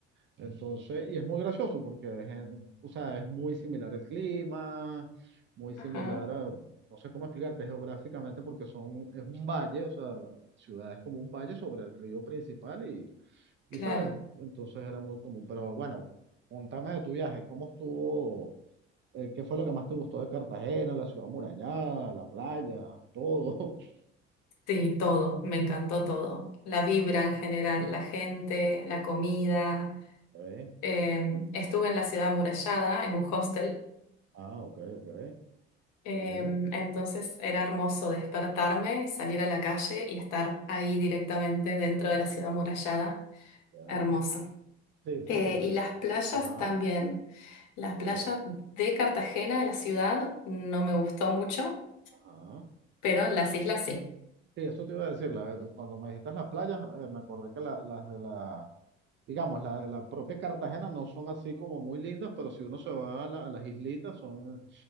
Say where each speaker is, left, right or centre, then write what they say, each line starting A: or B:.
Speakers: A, on the right; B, on the left.
A: Entonces, y es muy gracioso porque es, en- o sea, es muy similar el clima, muy similar
B: Ajá,
A: a, no sé cómo explicarte geográficamente porque son, es un valle, o sea, la ciudad es como un valle sobre el río principal y, y
B: claro.
A: sabes, entonces era muy común. Pero bueno, contame de tu viaje, ¿cómo estuvo? Eh, ¿qué fue lo que más te gustó de Cartagena, la ciudad amurallada, la playa, todo? <laughs>
B: Sí, todo, me encantó todo. La vibra en general, la gente, la comida.
A: Ok,
B: Eh, estuve en la ciudad amurallada, en un hostel,
A: Ah, ok, ok,
B: eh,
A: está bien,
B: entonces era hermoso despertarme, salir a la calle y estar ahí directamente dentro de la ciudad amurallada.
A: ya.
B: Hermoso.
A: Sí, sí,
B: Eh,
A: sí, la
B: y
A: ciudad.
B: las playas
A: Ajá,
B: también. Las
A: ok,
B: playas de Cartagena, de la ciudad, no me gustó mucho,
A: ajá.
B: pero en las islas sí.
A: Sí, eso te iba a decir, la- cuando me dijiste las playas, eh, me acordé que la- las de la, digamos, las de la propia Cartagena no son así como muy lindas, pero si uno se va a, la- a las islitas son,